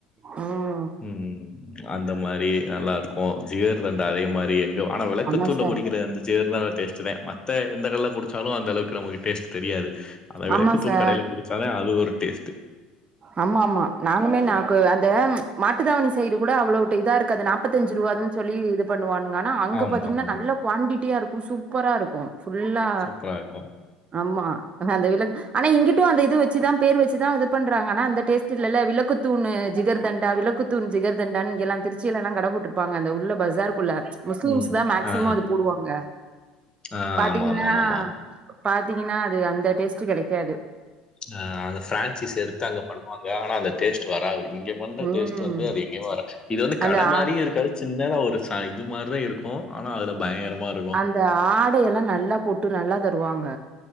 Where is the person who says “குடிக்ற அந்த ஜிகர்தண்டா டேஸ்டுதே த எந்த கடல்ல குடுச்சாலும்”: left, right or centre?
Left